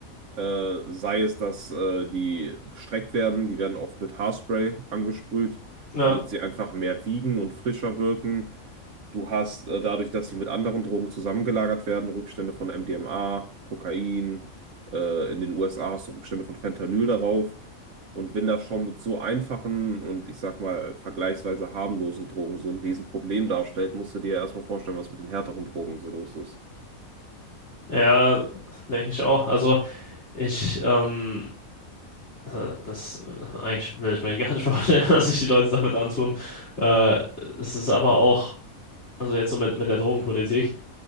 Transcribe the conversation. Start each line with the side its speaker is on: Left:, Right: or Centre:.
Right: Äh, sei es, dass äh, die gestreckt werden. Die werden oft mit Haarspray angesprüht,
Left: ja.
Right: damit sie einfach mehr wiegen und frischer wirken. Du hast äh, dadurch, dass sie mit anderen Drogen zusammengelagert werden, Rückstände von MDMA, Kokain. Äh, in den USA hast du Rückstände von Fentanyl darauf. Und wenn das schon mit so einfachen und ich sag mal vergleichsweise harmlosen Drogen so ein Riesenproblem darstellt, musst du dir ja erstmal vorstellen, was mit den härteren Drogen so los ist.
Left: Ja, denke ich auch. Also ich ähm, äh, das äh, eigentlich will ich mir gar nicht <laughs> vorstellen, dass sich die Leute damit antun. Äh, es ist aber auch, also jetzt so mit, mit der Drogenpolitik,